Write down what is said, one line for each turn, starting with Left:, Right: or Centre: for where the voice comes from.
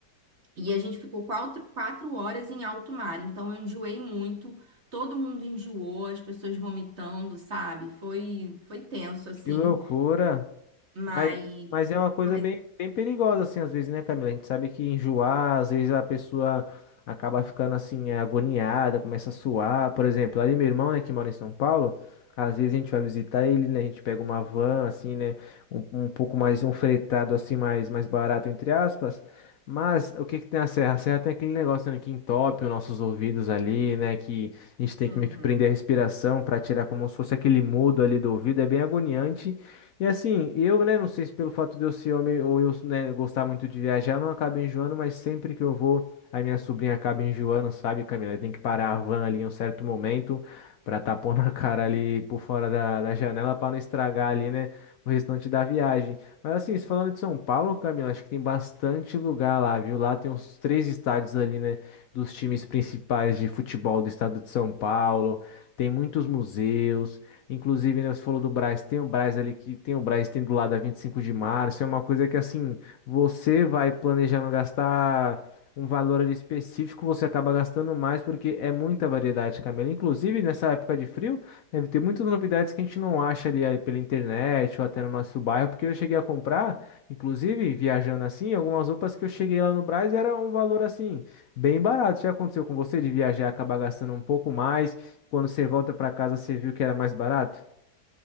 Right: e a gente ficou quatro, quatro horas em alto mar. Então eu enjoei muito, todo mundo enjoou, as pessoas vomitando, sabe? Foi, foi tenso assim,
Left: Que loucura!
Right: mas,
Left: Mas, mas é uma coisa
Right: mas,
Left: bem, bem perigosa, assim, às vezes, né, Camila? A gente sabe que enjoar, às vezes a pessoa acaba ficando, assim, agoniada, começa a suar. Por exemplo, ali meu irmão, né, que mora em São Paulo, às vezes a gente vai visitar ele, né, a gente pega uma van, assim, né, um, um pouco mais, um fretado, assim, mais, mais barato, entre aspas. Mas o que que tem a serra? A serra tem aquele negócio, né, que entope os nossos ouvidos ali, né, que a gente tem
Right: Uhum.
Left: que meio que prender a respiração para tirar como se fosse aquele mudo ali do ouvido. É bem agoniante. E assim, eu, né, não sei se pelo fato de eu ser homem ou eu, né, gostar muito de viajar, eu não acabo enjoando, mas sempre que eu vou, a minha sobrinha acaba enjoando, sabe, Camila? Tem que parar a van ali em um certo momento pra tapar na cara ali por fora da, da janela pra não estragar ali, né, o restante da viagem. Mas assim, se falando de São Paulo, Camila, acho que tem bastante lugar lá, viu? Lá tem uns três estádios ali, né, dos times principais de futebol do estado de São Paulo, tem muitos museus. Inclusive, né, você falou do Brás, tem o Brás ali que tem o Brás tem do lado a 25 de março, é uma coisa que assim, você vai planejando gastar um valor ali específico, você acaba gastando mais porque é muita variedade, Camila. Inclusive, nessa época de frio, deve ter muitas novidades que a gente não acha ali eh, pela internet ou até no nosso bairro, porque eu cheguei a comprar, inclusive, viajando assim, algumas roupas que eu cheguei lá no Brás era um valor assim, bem barato. Já aconteceu com você de viajar e acabar gastando um pouco mais? Quando você volta pra casa, você viu que era mais barato?